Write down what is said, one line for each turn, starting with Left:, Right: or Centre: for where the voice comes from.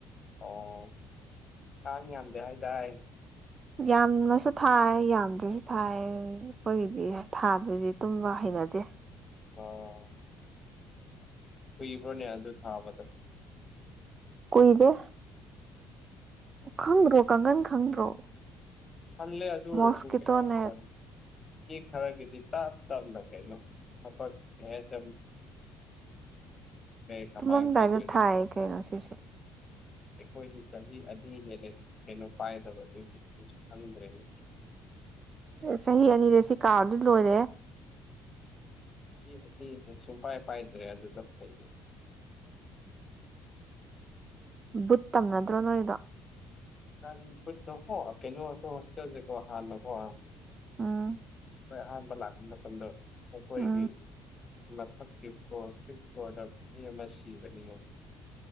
Left: ꯑꯣ ꯀꯥꯡ ꯌꯥꯝꯗꯦ ꯍꯥꯏꯗꯥꯏ꯫
Right: ꯌꯥꯝꯔꯁꯨ ꯊꯥꯏ ꯌꯥꯝꯗ꯭ꯔꯁꯨ ꯊꯥꯏ꯫ ꯑꯩꯈꯣꯏꯒꯤꯗꯤ ꯊꯥꯗꯔꯗꯤ ꯇꯨꯝꯕ ꯍꯩꯅꯗꯦ꯫
Left: ꯑꯣ꯫ ꯀꯨꯢꯕ꯭ꯔꯣꯅꯦ ꯑꯗꯨ ꯊꯥꯕꯗꯣ꯫
Right: ꯀꯨꯏꯗꯦ꯫ ꯈꯪꯗ꯭ꯔꯣ ꯀꯥꯡꯒꯟ ꯈꯪꯗ꯭ꯔꯣ꯫
Left: ꯈꯜꯂꯦ ꯑꯗꯨ ꯑꯣꯏꯔꯁꯨ
Right: ꯃꯣꯁꯀꯤꯇꯣ
Left: ꯀꯔꯤ ꯍꯥꯏꯁꯤꯔ
Right: ꯅꯦꯠ
Left: ꯈꯔꯒꯗꯤ ꯇꯞ ꯇꯞꯅ ꯀꯩꯅꯣ ꯊꯕꯛ ꯀꯩ ꯍꯥꯏꯁꯤꯔ ꯀꯩ ꯀꯃꯥꯏꯅ
Right: ꯇꯨꯝꯃꯗꯥꯏ
Left: ꯍꯥꯏꯗꯣꯏꯅꯣ
Right: ꯊꯥꯏ ꯀꯩꯅꯣ ꯁꯤꯁꯦ꯫
Left: ꯑꯩꯈꯣꯏꯗꯤ ꯆꯍꯤ ꯑꯅꯤ ꯍꯦꯟꯂꯦ ꯀꯩꯅꯣ ꯄꯥꯏꯗꯕ ꯑꯗꯨꯒꯤ꯫ ꯍꯪꯗ꯭ꯔꯦꯅꯦ꯫
Right: ꯑꯦ ꯆꯍꯤ ꯑꯅꯤꯗ ꯁꯤ ꯀꯥꯎꯔꯗꯤ ꯂꯣꯏꯔꯦꯍꯦ꯫
Left: ꯆꯍꯤ ꯑꯅꯤꯁꯦ ꯁꯨꯡꯄꯥꯏ ꯄꯥꯏꯗ꯭ꯔꯦ ꯑꯗꯨꯗꯣ ꯑꯈꯣꯏꯗꯤ꯫
Right: ꯕꯨꯠ ꯇꯝꯅꯗꯨ꯭ꯔꯣ ꯅꯣꯏꯗꯣ
Left: ꯅꯪ ꯚꯨꯠꯇꯣ ꯀꯣ ꯍꯣꯏꯇꯦꯜꯁꯦ ꯍꯥꯟꯅ ꯀꯣ ꯫
Right: ꯎꯝ
Left: ꯈꯣꯏ ꯑꯍꯥꯟꯕ ꯂꯥꯛꯄ ꯃꯇꯝꯗꯣ ꯑꯩꯈꯣꯏꯒꯤ
Right: ꯎꯝ
Left: ꯃꯊꯛꯀꯤ ꯐ꯭ꯂꯣꯔ ꯐꯤꯐ ꯐ꯭ꯂꯣꯔꯗ ꯃꯤ ꯑꯃ ꯁꯤꯕꯅꯤꯉ